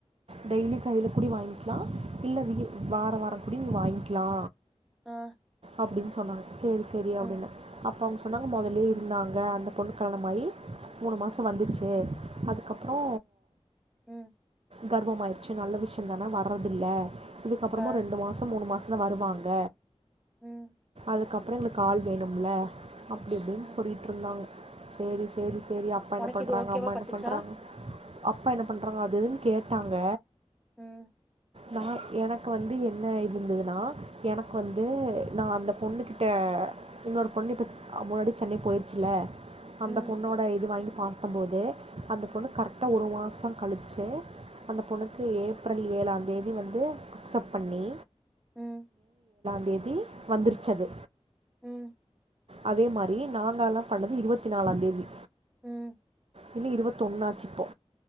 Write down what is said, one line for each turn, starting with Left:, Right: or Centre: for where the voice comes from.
Right: டெய்லி கைல கூடியு வாங்க்கிலா இல்ல விகி வார வார கூடியு நீ வாங்க்கிலா
Centre: ஆ
Right: அப்டின் சொன்னாங்க செரி செரி அப்பிடின்னே
Centre: ம்
Right: அப் ப அவங்க சொன்னாங்க மொதல்லயே இருந்தாங்க அந்த பொண்ணுக்கு ஆன மாரி மூணு மாசோ வந்துச்சு அது க்கப்புறோ
Centre: ம்
Right: கர்ப்பமாயிருச்சு நல்ல விஷயந்தான வர்றதில்ல இதுக்கப்புறமு
Centre: ஆ
Right: ரெண்டு மாசோ மூணு மா சோ வருவாங்க
Centre: ம்
Right: அதுக்கப்புற எங்களுக்கு ஆள் வேணும்ல அப்டி இப்டின்னு
Centre: ம்
Right: சொல்லிட்டுருந்தாங்க சேரி சேரி சே ரி அப்பா என்ன
Centre: உனக்கு
Right: பண்றாங்க,
Centre: இது ஓகேவா
Right: அம்மா என்ன
Centre: பட்டுச்சா
Right: பண்றாங்க அப்பா என்ன பண்றாங்க அது இதுன்னு கேட்டாங்க
Centre: ம்
Right: நா எனக்கு வந்து என்ன இருந்துதுன்னா எனக்கு வந்து நா அந்த பொண்ணுகிட்ட இன்னொரு பொண்ணு இப்ப ஆ முன்னாடி சென்னை போயிருச்சில்ல
Centre: ம்,
Right: அந்த பொண்ணோட இது வாங்கி பாத்தம்போது அந்த பொண்ணு கரெக்டா ஒரு மாசோ கழிச்சு அந்த பொண்ணுக்கு ஏப்ரல் ஏழாந்தேதி வந்து அக்சப்ட் பண்ணி
Centre: ம்
Right: தேதி வந்துருச்சு அது
Centre: ம்
Right: அதே மாரி நாங்க எல்லா பண்ணது இருவத்தி நாலாந் தேதி
Centre: ம்
Right: இன்னு இருவத்தொன்னாச்சு இப்போ